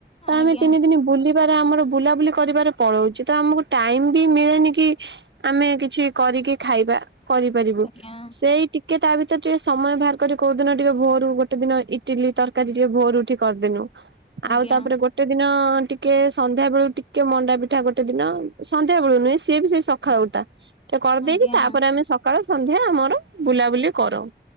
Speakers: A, on the right; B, on the left.
A: ତ
B: ଆଜ୍ଞା
A: ଆମେ ତିନି ଦିନ ବୁଲି ଆମର ବୁଲାବୁଲି କରିବାରେ ପଳଉଛି ତ ଆମକୁ ଟାଇମ ବି ମିଳେନି କି ଆମେ କିଛି କରିକି ଖାଇବା କରିପାରିବୁ
B: ଆଜ୍ଞା
A: ସେଇଟି କେ ତା ଭିତରେ ଟିକେ ସମୟ ବାହାର କରି କୋଉ ଦିନ ଟିକେ ଭୋରୁ ଗୋଟେ ଦିନ ଇଟିଲି ତରକାରୀ ଟିକେ ଭୋରୁଠି କରିଦେଲୁ।
B: ଆଜ୍ଞା
A: ଆଉ ତାପରେ ଗୋଟ ଗୋଟେ ଦିନ ଟିକେ ସନ୍ଧ୍ୟା ବେଳୁ ଟିକେ ମଣ୍ଡା ପିଠା ଗୋଟେ ଦିନ ସନ୍ଧ୍ୟା ବେଳୁ ନୁହେଁ ସିଏ ବି ସେ ସ ଖାଉତା ଟେ କରିଦେଇକି
B: ଆଜ୍ଞା
A: ତାପରେ ଆମେ ସକାଳେ ସନ୍ଧ୍ୟା ଆମର ବୁଲାବୁଲି କରୁ।